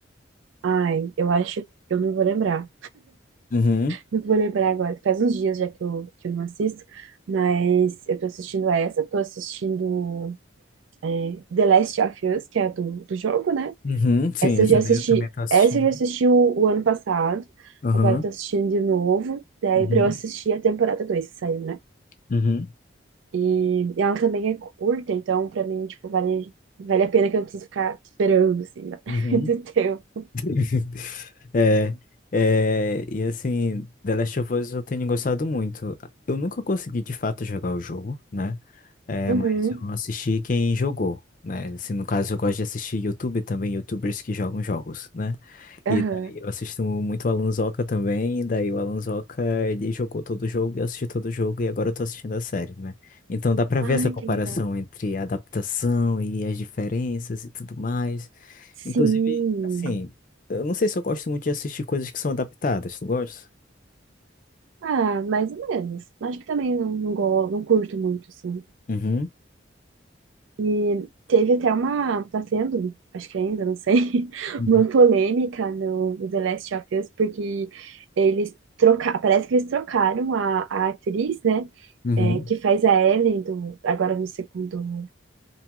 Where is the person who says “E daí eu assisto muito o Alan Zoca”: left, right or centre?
Left